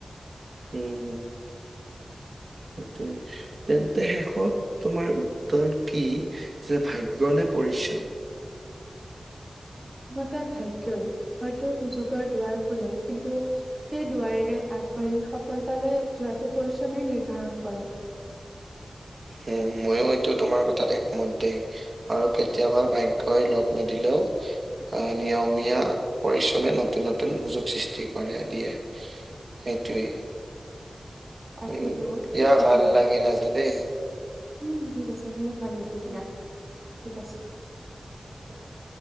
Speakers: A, on the right; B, on the right.
A: উম! <unintelligible> সেইটোৱে। তেন্তে, শেষত তোমাৰ উত্তৰ কি? যে, ভাগ্য নে, পৰিশ্ৰম?
B: মোৰ মতে, ভাগ্য। হয়ত, সুযোগৰ দুৱাৰ খোলে। কিন্তু সেই দুৱাৰেৰে
A: উম
B: আ <unintelligible> সফলতালৈ যোৱাতো পৰিশ্ৰমে, নিৰ্ধাৰণ কৰক।
A: উম! মইয়ো এইটো, তোমাৰ কথাত একমত দেই। আৰু কেতিয়াবা ভাগ্যই লগ নিদিলেও? আহ নিয়মীয়া পৰিশ্ৰমে নতুন নতুন সুযোগ সৃষ্টি কৰে, দিয়ে। সেইটোৱে
B: তাকেতো
A: উম দিয়া
B: ঠিক কথা
A: ভাল লাগিল আজি দেই।
B: উম ঠিক আছে বহুত ভাল লাগিল দিয়া,
A: উম।
B: ঠিক আছে।
A: <unintelligible>